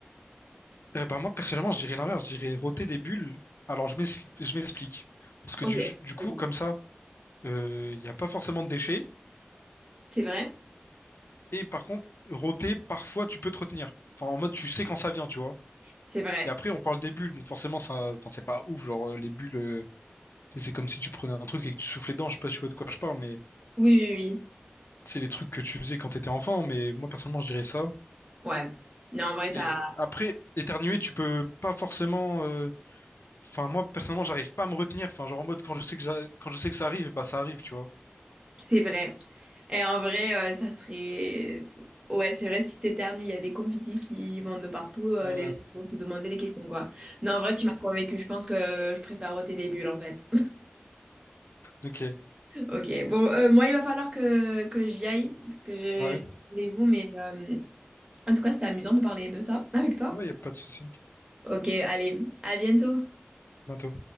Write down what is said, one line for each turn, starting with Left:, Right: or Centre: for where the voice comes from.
Left: Eh ben, moi, personnellement, je dirais l'inverse. Je dirais roter des bulles. Alors, je m'ex- je m'explique. Parce que
Right: Ok.
Left: du, du coup,
Right: Vas-y.
Left: comme ça, euh, il n'y a pas forcément de déchets.
Right: C'est vrai?
Left: Et par contre, roter, parfois, tu peux te retenir. Enfin, en mode, tu sais quand ça vient, tu vois.
Right: C'est vrai.
Left: Et après, on parle des bulles. Donc, forcément, ça... enfin, c'est pas ouf. Genre, euh, les bulles, euh, c'est c'est comme si tu prenais un truc et que tu soufflais dedans. Je sais pas si tu vois de quoi je parle, mais
Right: Oui, oui,
Left: c'est les trucs que tu faisais quand t'étais enfant. Mais moi, personnellement, je dirais ça.
Right: oui. Ouais. Non, en vrai, t'as...
Left: Et euh, après, éternuer, tu peux pas forcément. euh, Enfin, moi, personnellement, j'arrive pas à me retenir. Enfin, genre en mode, quand je sais que, j'a- quand je sais que ça arrive, bah ça arrive, tu vois.
Right: C'est vrai. Et en vrai, euh, ça serait... Ouais, c'est vrai, si t'éternues, il y a des confettis qui vont de partout, euh,
Left: Ouais,
Right: les gens vont se demander des questions, quoi. Non, en vrai, tu m'as convaincue. Je pense que je préfère ôter des bulles, en fait.
Left: ok.
Right: <laughs> Ok, bon, euh, moi, il va falloir que, que j'y aille, parce que je-
Left: Ouais,
Right: j'ai rendez-vous, mais euh, en tout cas, c'était amusant de parler de ça avec toi.
Left: ouais, y a pas de souci.
Right: Ok, allez, à bientôt.
Left: Bientôt.